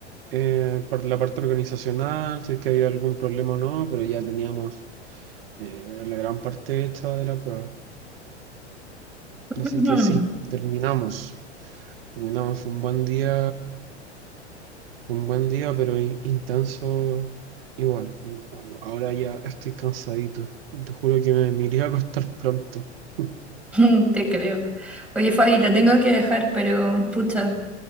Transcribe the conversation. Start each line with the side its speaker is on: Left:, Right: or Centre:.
Right: eh, par- la parte organizacional, si es que había algún problema o no, pero ya teníamos eh, la gran parte hecha de la prueba. Así
Centre: Ujú.
Right: que sí, terminamos. Terminamos, fue un buen día Fue un buen día, pero in- intenso igual. Mm, Ahora ya estoy cansadito. Te juro que me, me iría a acostar pronto. <laughs>
Centre: <laughs> Te creo. Oye, Fabi, te tengo que dejar, pero pucha,